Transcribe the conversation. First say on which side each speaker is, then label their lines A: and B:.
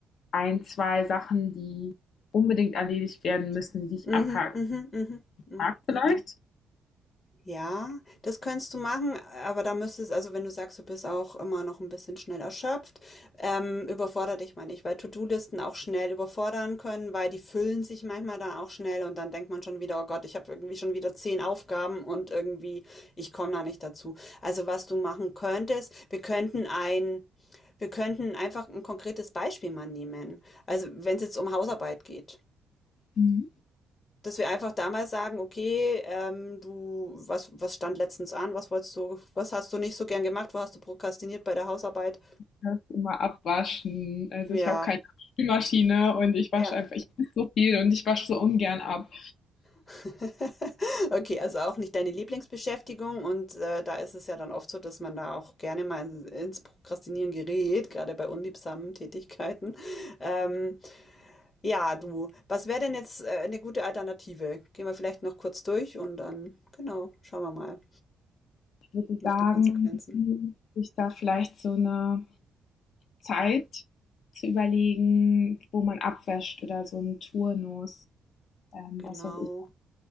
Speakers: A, on the left (about 65°); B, on the left (about 40°).
A: ein, zwei Sachen, die unbedingt erledigt werden müssen, die ich
B: Mhm,
A: abhaken
B: mhm, mhm, mhm.
A: mag vielleicht.
B: mhm. Ja, das könntest du machen, aber da müsstest, also wenn du sagst, du bist auch immer noch ein bisschen schnell erschöpft, ähm, überfordere dich mal nicht, weil To-Do-Listen auch schnell überfordern können, weil die füllen sich manchmal dann auch schnell und dann denkt man schon wieder, oh Gott, ich habe irgendwie schon wieder zehn Aufgaben und irgendwie, ich komme da nicht dazu. Also was du machen könntest, wir könnten ein, wir könnten einfach ein konkretes Beispiel mal nehmen. Also wenn es jetzt um Hausarbeit geht.
A: Mhm.
B: dass wir einfach damals sagen, okay, ähm, du, was, was stand letztens an? Was wolltest du, was hast du nicht so gern gemacht? Wo hast du prokrastiniert bei der Hausarbeit?
A: Das immer abwaschen. Also,
B: Ja,
A: ich habe keine Spülmaschine und ich wasche
B: ja.
A: einfach ich esse so viel und ich wasche so ungern ab.
B: <laughs> Okay, also auch nicht deine Lieblingsbeschäftigung und äh, da ist es ja dann oft so, dass man da auch gerne mal in- ins Prokrastinieren gerät, gerade bei unliebsamen Tätigkeiten. Ähm, ja, du, was wäre denn jetzt äh, eine gute Alternative? Gehen wir vielleicht noch kurz durch und dann, genau, schauen wir mal
A: Ich würde sagen,
B: nach den Konsequenzen.
A: sich da vielleicht so eine Zeit zu überlegen, wo man abwäscht oder so einen Turnus, ähm,
B: Genau.
A: was weiß ich,